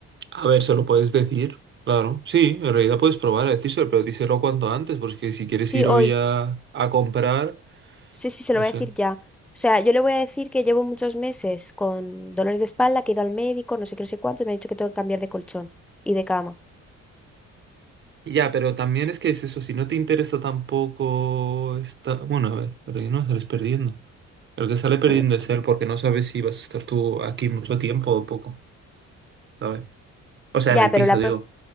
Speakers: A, on the right; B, in the centre.
A: A ver, se lo puedes decir. Claro, sí, en realidad puedes probar a decírselo, pero díselo cuanto antes, porque si quieres
B: Sí,
A: ir
B: hoy.
A: hoy a, a comprar,
B: Sí, sí, se
A: no
B: lo voy
A: sé.
B: a decir ya. O sea, yo le voy a decir que llevo muchos meses con dolores de espalda, que he ido al médico, no sé qué, no sé cuánto, y me ha dicho que tengo que cambiar de colchón y de cama.
A: Ya, pero también es que es eso, si no te interesa tampoco está, bueno, a ver, pero ahí no sales perdiendo. El que sale perdiendo
B: Mm,
A: es él porque no sabes si vas a estar tú aquí mucho tiempo o poco, ¿sabes? O sea,
B: Ya,
A: en el
B: pero
A: piso,
B: la,
A: digo.
B: pro-